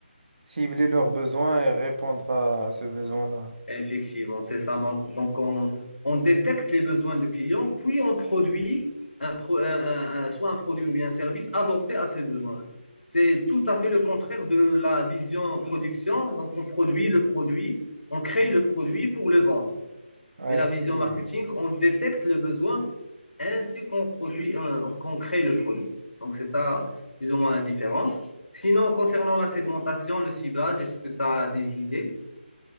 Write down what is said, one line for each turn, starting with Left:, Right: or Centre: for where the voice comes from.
Right: cibler leurs besoins et répondre à ce besoin-là.
Left: Effectivement, c'est ça. Donc, donc on, on détecte les besoins du client, puis on produit un pro- un- un- un- soit un produit ou bien un service adapté à ses besoins. C'est tout à fait le contraire de la vision production. Donc, on produit le produit, on crée le produit pour le vendre.
Right: Ouais,
Left: Mais la vision
Right: c'est-
Left: marketing, on détecte le besoin ainsi qu'on produit, un- qu'on crée le produit. Donc, c'est ça, plus ou moins la différence. Sinon, concernant la segmentation, le ciblage, est-ce que tu as des idées?